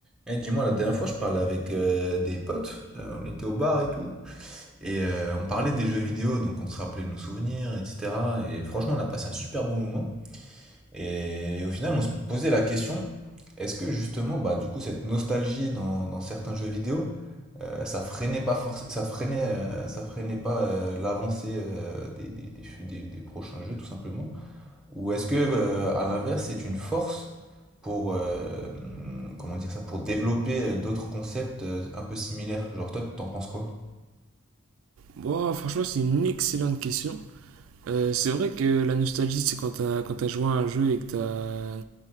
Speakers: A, in the centre; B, on the right (about 70°).
A: Eh, dis-moi, la dernière fois, je parlais avec euh, des potes, euh, on était au bar et tout, et euh, on parlait des jeux vidéo, donc on se rappelait de nos souvenirs, etc. Et franchement, on a passé un super bon moment. Et au final, on se posait la question, est-ce que justement, bah, du coup, cette nostalgie dans, dans certains jeux vidéo, euh, ça freinait pas forc- ça freinait, euh, ça freinait pas euh, l'avancée euh, des, des- des- des- des prochains jeux, tout simplement? Ou est-ce que, euh, à l'inverse, c'est une force pour, euh, hum, comment dire ça, pour développer euh, d'autres concepts euh, un peu similaires? Genre, toi, t'en penses quoi?
B: Bon, franchement, c'est une excellente question. Euh, c'est vrai que la nostalgie, c'est quand t'as quand t'as joué à un jeu et que t'as